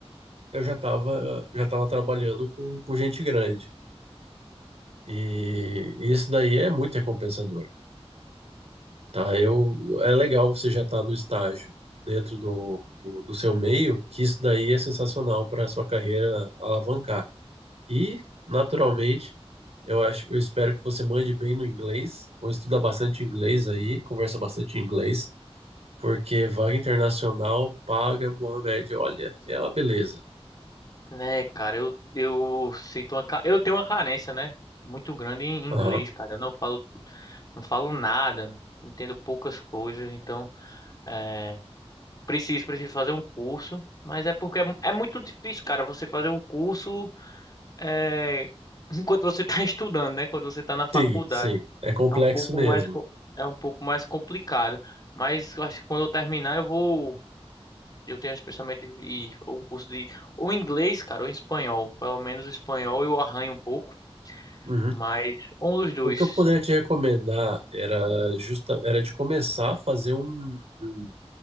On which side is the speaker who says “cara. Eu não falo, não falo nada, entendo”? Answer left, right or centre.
Left